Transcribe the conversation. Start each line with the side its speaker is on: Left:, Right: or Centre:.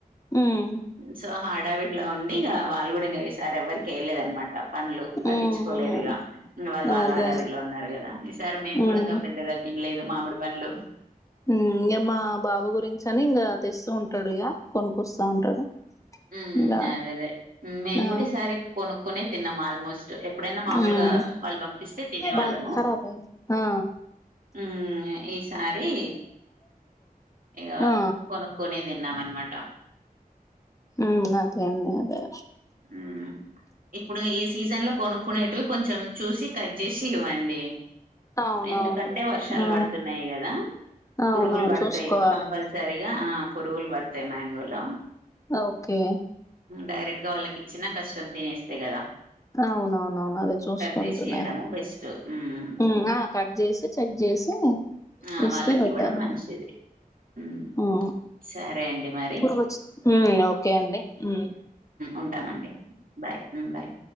Left: హ్మ్
Right: సో ఆ హడావిడ్లో ఉండి ఇగ వాళ్ళు కూడా ఇంకా ఈసార్ ఎవరికిేయలేదనమాట పనులు పట్టించుకోలేరు
Left: హ్మ్.
Right: ఇగ ఇగ వాళ్ళు వాళ్ళ
Left: అదే
Right: ఆడవిడిలా ఉన్నారు కదా ఈసారి మేము
Left: హ్మ్
Right: కూడా ఇంకా పెద్దగా తినలేదు మామిడి పండ్లు
Left: మ్ ఇంగ మా బాబు గురించంచి అని ఇంగ తెస్తూ ఉంటాడు ఇగ కొనుకొస్తూ ఉంటాడు
Right: మ్
Left: ఇంగ
Right: అదే అదే మేము
Left: ఆ
Right: కూడా ఈసారి కొనుక్కకునే తిన్నాం ఆల్మోస్ స్ట్ ఎప్పుడైనా మామూలుగా
Left: హ్మ్
Right: వాళ్ళు పంపిస్తే తినేవాళ్ళము
Left: బాలే ఖరాబ్ అయింది ఆ
Right: మ్ ఈసారి ఇగ
Left: ఆ
Right: కొనుక్కునే తిన్నామన్నమాట
Left: హ్మ్ అదే అండి అదే
Right: అ ఇప్పుడు ఈ సీజన్ లో కొనుక్కునేటివి కొంచెం చూసి కట్ చేసి ఇవ్వండి.
Left: అవునవును
Right: ఎందుకంటే వర్షాలు
Left: ఆ
Right: పడుతున్నాయి కదా.
Left: అవునవును
Right: పురుగులు పడతాయి
Left: చూసుకోవాలే
Right: కంపల్సరిగా ఆ పురుగులు పడతాయి మ్యాంగ లో
Left: ఓకే
Right: డైరెక్ట్ గా వాళ్ళకి ఇచ్చినా కష్టం తినేస్తే కదా
Left: అవునవునవును అదే చూసుకుంటున్నా
Right: కట్ చేసి ఇయడము బెస్ట్ ఉమ్
Left: ఉ ఆ కట్ చేసి చ చేసి
Right: ఆ
Left: ఇస్తే
Right: వాళ్ళకి
Left: పెట్టారు
Right: ఇవ్వడం మంచిది ఉమ్
Left: ఉ ఊ
Right: సరే అండి మరి
Left: పురుగు వచ్చి ఉ ఓకే అండి ఉ
Right: ఉంటామండి బాయ్ మ్ బాయ్